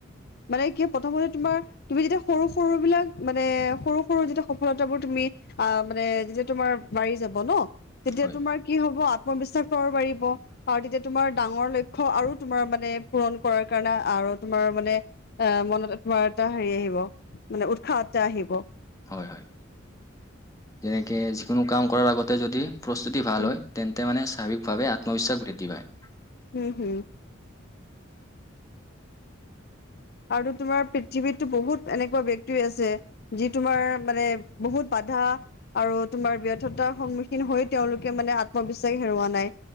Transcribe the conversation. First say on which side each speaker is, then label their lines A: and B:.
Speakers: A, on the left (about 50°); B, on the left (about 15°).
A: মানে কি প্ৰথমতে তোমাৰ তুমি যেতিয়া সৰু সৰু বিলাক মানে সৰু সৰু যেতিয়া সফলতাবোৰ তুমি আ মানে যেতিয়া তোমাৰ বাৰী যাব ন তেতিয়া
B: হয়
A: তোমাৰ কি হব আত্মবিশ্বাসটো আৰু বাৰিব আৰু তেতিয়া তোমাৰ ডাঙৰ লক্ষ্য আৰু তোমাৰ মানে পূৰণ কৰাৰ কাৰণে আৰু তোমাৰ মানে অ মনত তোমাৰ এটা হেৰি আহিব মানে উৎসাহ এটা আহিব
B: হয় হয় যেনেকে যিকোনো কাম কৰাৰ আগত যদি প্ৰস্তুতি ভাল
A: উম
B: হয় তেন্তে মানে স্বাভাৱিকভাৱে আত্মবিশ্বাস বৃদ্ধি পায়
A: হম হম আৰু তোমাৰ পৃথিৱীততো বহুত এনেকুৱা ব্যক্তি আছে যি তোমাৰ মানে বহুত বাধা আৰু তোমাৰ ব্যৰ্থতাৰ সন্মুখীন হৈ তেওঁলোকে মানে আত্মবিশ্বাস হেৰুওৱা নাই